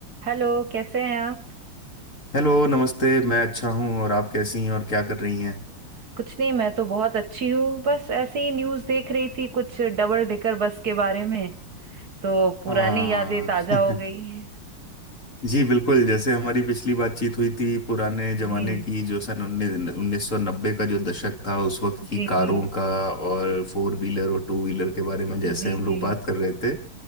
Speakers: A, on the right (about 50°); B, on the left (about 35°).
A: Hello कैसे हैं आप
B: Hello नमस्ते मैं अच्छा हूँ और आप कैसी हैं और क्या कर रही हैं
A: कुछ नहीं मैं तो बहुत अच्छी हूँ बस ऐसे ही न्यूज़ देख रही थी कुछ डबल डेकर बस के बारे में तो पुरानी
B: हाँ
A: यादें ताजा
B: <laughs>
A: हो गई
B: जी बिल्कुल जैसे हमारी पिछली बातचीत हुई थी पुराने जमाने
A: जी
B: की जो सन उन्नीस उन्नीस सौ नब्बे का जो दशक था उस वक्त की
A: जी
B: कारों
A: जी
B: का और फोर व्हीलर और टू व्हीलर के बारे में जैसे
A: जी
B: हम लोग
A: जी
B: बात कर रहे थे